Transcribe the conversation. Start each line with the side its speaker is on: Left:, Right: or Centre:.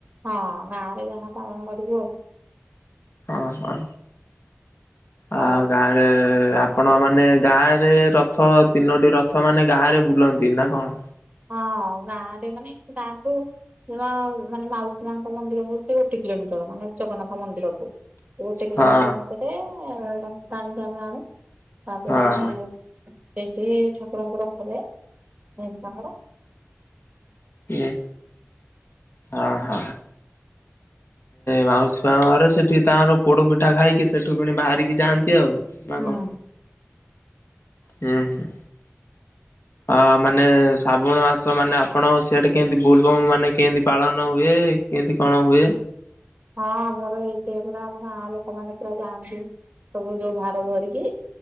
Right: ହଁ ଗାଁ ରେ ଯାହା ପାଳନ କରିବୁ ଆଉ।
Left: ଅ ହଁ। ଆ
Right: ଆଉ
Left: ଗାଁ ରେ ଆପଣ ମାନେ ଗାଁ ରେ ରଥ ତିନୋଟି ରଥ ମାନେ ଗାଁ ରେ ବୁଲନ୍ତି ନା କଣ?
Right: ହଁ ଗାଁ ରେ ମାନେ ଗାଁକୁ ମା ମାନେ ମାଉସୀ ମାଙ୍କ ମନ୍ଦିର ହଉ ସେ ଗୋଟେ କିଲୋମିଟର ମାନେ ଜଗନ୍ନାଥ ମନ୍ଦିରଠୁ। ଗୋଟେ କିଲୋମିଟର
Left: ହଁ
Right: ଭିତରେ ଟାଣିକି ଆମେ ଆଣୁ ତାପରେ
Left: ହଁ
Right: ସେଇଠି ଠାକୁରଙ୍କୁ ରଖିଲେ ତାଙ୍କର
Left: ଏ ହଁ ହଁ ମାଉସୀ ମା ଘରେ ସେଠି ତାଙ୍କର ପୋଡ ପିଠା ଖାଇକି ସେଠୁ କିଣି ବାହାରିକି ଯାଆନ୍ତି ଆଉ। ନା
Right: ହୁଁ।
Left: କଣ ହୁଁ ହୁଁ। ଅ ମାନେ ଶ୍ରାବଣ ମାସ ମାନେ ଆପଣ ସିଆଡେ କେମିତି ବୋଲବମ୍ ମାନେ କେମିତି ପାଳନ ହୁଏ? କେମିତି କଣ ହୁଏ?
Right: ହଁ ଆମର ଏଇଠି ପୁରା ଆମର ଗାଁ ଲୋକମାନେ ପୁରା ଯାଆନ୍ତି। ସବୁ ଯୋଉ ଭାର ଧରିକି।